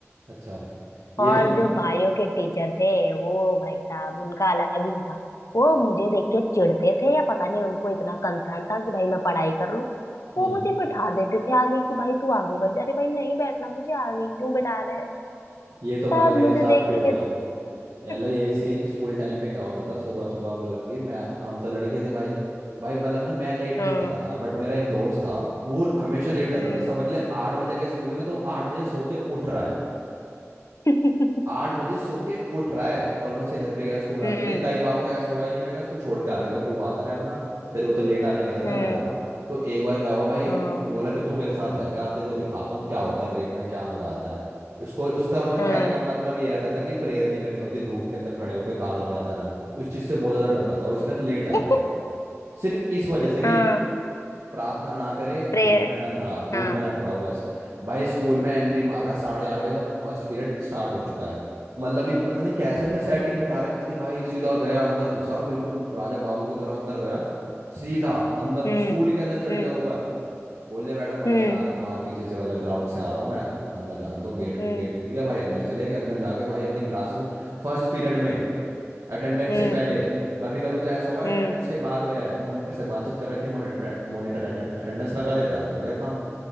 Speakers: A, on the right; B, on the left.
A: अच्छा ये
B: और
A: तो
B: जो भाइयों के टीचर थे वो भाई साहब उनका अलग ही था वो मुझे देख के चिढ़ते थे या पता नहीं उनको इतना कंसर्न था कि भाई मैं पढ़ाई कर लूं
A: हम्म
B: वो मुझे बैठा देते थे आगे कि भाई तू आगे बढ़ जा अरे भाई नहीं बैठना मुझे आगे क्यों बैठा रहे हैं
A: ये तो भाई
B: सब
A: मेरे
B: मुझे
A: साथ
B: देख
A: भी हुआ
B: के कहते-
A: है यार
B: <laughs>
A: यही सीन स्कूल टाइम पे क्या होता था सुबह सुबह मतलब कि मैं हम तो लड़के थे भाई भाई मतलब ना मैं लेट
B: हम्म
A: नहीं जाता था बट मेरा एक दोस्त था वो हमेशा लेट जाता
B: हम्म
A: था समझ ले आठ बजे का स्कूल है ना तो वो आठ बजे सो के उठ रहा है
B: <laughs>
A: आठ बजे सो के उठ रहा है और मैं उसे घर पे गया उसको बुलाने
B: हम्म
A: के लिए कई बार तो ऐसा हुआ है कि मैंने उसको छोड़ के आ गया भाई तू आता रहे अपना तेरे को तो लेट आने की आदत
B: हम्म
A: है मैं जा
B: हम्म,
A: रहा हूँ तो एक बार क्या हुआ भाई
B: हाँ
A: बोला कि तू मेरे साथ जाएगा तेरे को दिखाता हूँ क्या होता है लेट में क्या मजा आता है उसको उसका मतलब
B: हाँ
A: कहने का मतलब ये रहता था कि प्रेयर नहीं करनी होती धूप के अंदर खड़े होके काला हो जाता है रंग उस चीज से बहुत ज्यादा डरता था वो इसलिए लेट जाता
B: <laughs>
A: था सिर्फ इस वजह से कि
B: हाँ
A: प्रार्थना ना करे
B: प्रेयर
A: धूप में ना खड़ा धूप
B: हाँ
A: में
B: हाँ
A: ना खड़ा हो बस भाई स्कूल में एंट्री मार रहा है साढ़े आठ बजे जब फर्स्ट पीरियड स्टार्ट हो चुका है मतलब कि पता नहीं कैसे उसने सेटिंग बिठा रखी थी भाई सीधा गया अंदर घुसा बिल्कुल राजा बाबू की तरह अंदर गया सीधा अंदर की
B: हम्म
A: स्कूल के अंदर चढ़
B: हम्म
A: गया ऊपर बोले मैडम वहीं
B: हम्म
A: से आ रहा हूँ बाहर पीछे से मतलब ग्राउंड से आ रहा हूँ मैं अंदर जान दो गेट
B: हम्म
A: गेट खुल गया भाई अंदर चले गए अंदर जाके भाई अपनी क्लास में फर्स्ट पीरियड में अटेंडेंस
B: हम्म
A: से पहले कभी कभी तो ऐसा हुआ है
B: हम्म
A: अटेंडेंस के बाद गया है मॉनिटर से बातचीत कर रखी है मॉनिटर मॉनिटर अटेंडेंस लगा देता हो गया काम